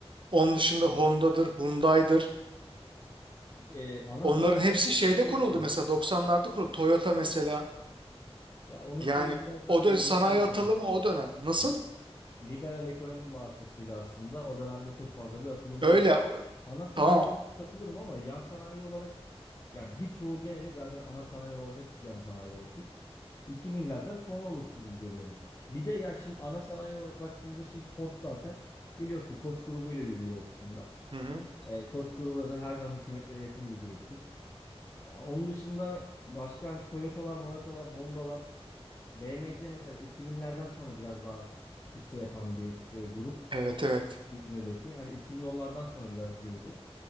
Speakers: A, on the right; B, on the left.
A: Onun dışında Honda'dır, Hyundai'dir.
B: E, ana
A: Onların
B: sanayi
A: hepsi
B: olarak
A: şeyde
B: hak
A: kuruldu
B: veriyorum.
A: mesela 90'larda kuruldu. Toyota mesela.
B: Ya onun
A: Yani
B: sebebi biraz da
A: o
B: liberal
A: dönem sanayi
B: ekonomi.
A: atılımı
B: evet.
A: o dönem. Nasıl?
B: liberal ekonomi vasıtasıyla aslında o dönemde çok fazla bir atılım oldu.
A: Öyle. o-
B: Ana sanayi
A: Tamam.
B: olarak katılırım ama yan sanayi olarak ya birçoğu geneli zaten ana sanayi olacak ki yan sanayi olsun. 2000'lerden sonra oluştu gibi görüyorum. Bir de ya şimdi ana sanayi olarak baktığımızda şimdi Ford zaten biliyorsun Koç grubuyla yürüyor o kısımda.
A: Hı hı.
B: E, Koç grubu da zaten her zaman hükümetlere yakın bir gruptur. Ya onun dışında başka hani Toyota'lar, Moyota'lar, Honda'lar, B M C mesela 2000'lerden sonra biraz daha sükse yapan bir e, grup.
A: Evet evet.
B: İzmir'deki. Hani 2010'lardan sonra biraz yürüdü.